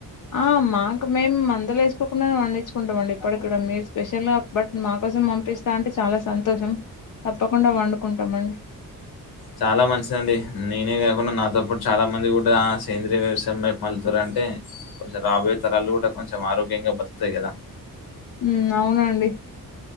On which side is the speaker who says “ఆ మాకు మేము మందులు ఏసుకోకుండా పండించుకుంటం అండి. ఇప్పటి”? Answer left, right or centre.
Left